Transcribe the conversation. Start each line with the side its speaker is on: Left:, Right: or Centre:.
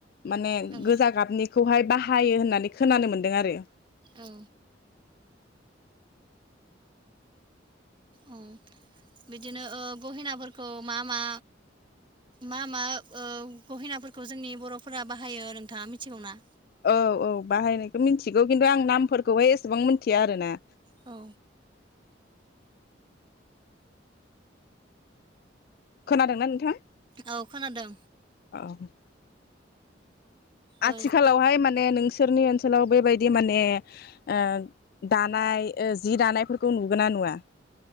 Left: माने
Right: औ
Left: गोजा गाबनि बाहायो होननानै खोनानो मोन्दों आरो।
Right: औ। औ बिदिनो ओ गहेनाफोरखौ मा मा मा मा ओ गहेनाफोरखौ जोंनि बर'फोरा बाहायो नोंथाङा मिथिगौना?
Left: औ औ बाहायनायखौ मिथिगौ खिन्थु आं नामफोरखौहाय एसेबां मिथिया आरो ना।
Right: औ
Left: खोनादोंना नोंथां?
Right: औ खोनादों
Left: औ। आथिखालावहाय
Right: ओ
Left: माने नोंसि सोरनि ओनसोलाव बेबायदि माने ओ दानाय ओ जि दानायफोरखौ नुगोना नुआ?